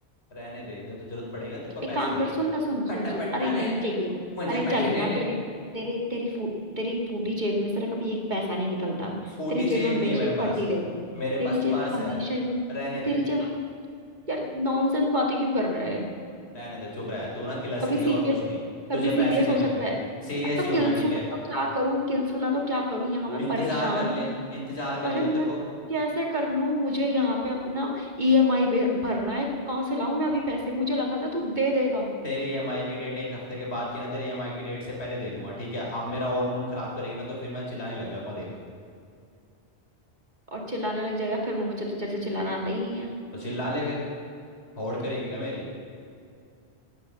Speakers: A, on the left (about 70°); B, on the right (about 45°).
A: रहने दे जब जब जरूरत पड़ेगी ना तेरे को पैसे
B: एक काम
A: की
B: कर सुन ना सुन सुन
A: फटाफट
B: सुन अरे
A: अरे
B: नहीं चाहिए
A: मुझे
B: अरे
A: पैसे
B: चलना
A: दे दे
B: तेरे तेरे तेरी फू, तेरी फूटी जेब में से ना कभी एक पैसा नहीं निकलता
A: फूटी
B: तेरी जेब
A: जेब
B: हमेशा
A: नहीं है मेरे
B: ही
A: पास
B: फटी रहती
A: मेरे
B: तेरी
A: पास
B: जेब
A: पर्स
B: हमेशा
A: है
B: ही
A: रहने दे
B: तेरी जेब हम- यार नॉनसेंस बातें क्यों कर रहा है
A: रहने दे चुप रह तू ना किलस
B: कभी
A: रही
B: सीरियस
A: है और कुछ नहीं तुझे
B: कभी सीरियस
A: पैसे नहीं
B: हो
A: मिल
B: सकता
A: रहे
B: है
A: सीरियस
B: अरे तो
A: ही हूं
B: किलसू
A: मैं ठीक है
B: तो क्या करूं किलसू ना तो क्या करूं यहाँ मैं
A: इंतजार
B: परेशान
A: कर ले
B: हूँ
A: इंतजार कर
B: अरे
A: ले जब
B: मैं
A: तेरे को
B: कैसे कर लूं मुझे यहाँ पे अपना ईएमआई भरना है कहाँ से लाऊं मैं अभी पैसे मुझे लगा था तू दे देगा
A: तेरी ईएमआई की डेट एक हफ्ते के बाद की है ना तेरी ईएमआई की डेट से पहले दे दूंगा ठीक है अब मेरा और मूड खराब करेगी ना तो फिर मैं चिल्लाने लग जाऊंगा देख
B: और चिल्लाने लग जाएगा फिर मुझे तो जैसे चिल्लाना आता ही नहीं है
A: तो चिल्ला ले फिर होड़ करेगी क्या मेरी